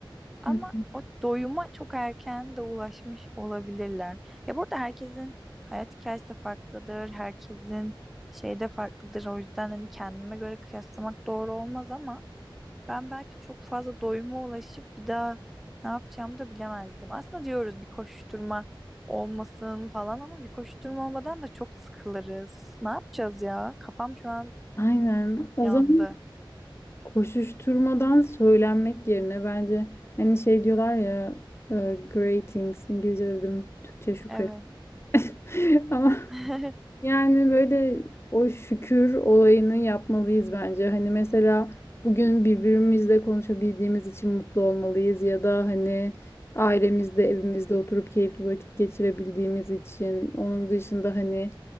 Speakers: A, in the centre; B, on the left (about 30°).
A: Ama
B: Hı hı.
A: o doyuma çok erken de ulaşmış olabilirler. Ya burada herkesin hayat hikayesi de farklıdır. Herkesin şey de farklıdır. O yüzden hani kendime göre kıyaslamak doğru olmaz ama ben belki çok fazla doyuma ulaşıp bir daha ne yapacağımı da bilemezdim. Aslında diyoruz bir koşuşturma olmasın falan ama bir koşuşturma olmadan da çok sıkılırız. Ne yapacağız ya? Kafam şu an
B: Aynen. O
A: yandı.
B: zaman koşuşturmadan söylenmek yerine bence hani şey diyorlar ya e, greetings İngilizce dedim Türkçe şükret.
A: Evet.
B: <laughs> Ama
A: <laughs>
B: Yani böyle o şükür olayını yapmalıyız bence. Hani mesela bugün birbirimizle konuşabildiğimiz için mutlu olmalıyız ya da hani ailemizde, evimizde oturup keyifli vakit geçirebildiğimiz için. Onun dışında hani